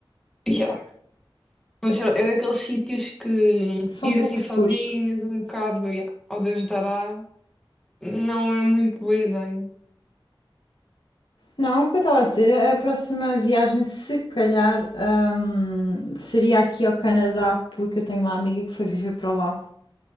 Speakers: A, in the centre; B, on the left (about 70°).
A: Yeah. Mas pronto, é daqueles sítios que
B: São
A: ir
B: pouco
A: assim
B: seguros.
A: sozinhos, um bocado, yeah, ao Deus dará, não é muito boa ideia.
B: Não, é o que eu estava a dizer, a a próxima viagem, se calhar, hum, seria aqui ao Canadá, porque eu tenho uma amiga que foi viver para lá.